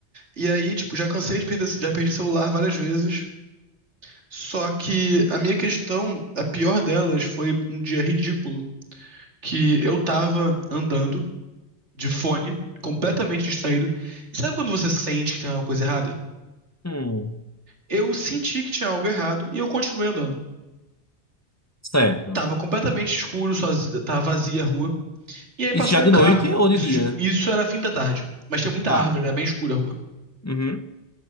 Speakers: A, on the right (about 80°); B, on the left (about 20°).
A: E aí, tipo, já cansei de perder. Já perdi celular várias vezes. Só que a minha questão, a pior delas, foi um dia ridículo que eu tava andando de fone, completamente distraído. E sabe quando você sente que tem alguma coisa errada?
B: Hum,
A: Eu senti que tinha algo errado e eu continuei andando.
B: certo.
A: Tava completamente escuro, sozinho, tava vazia a rua. E aí
B: Isso
A: passou
B: já
A: um
B: de
A: carro.
B: noite ou de
A: Isso,
B: dia?
A: de- isso era fim da tarde. Mas tinha muita
B: Tá.
A: árvore, era bem escura a rua.
B: Uhum.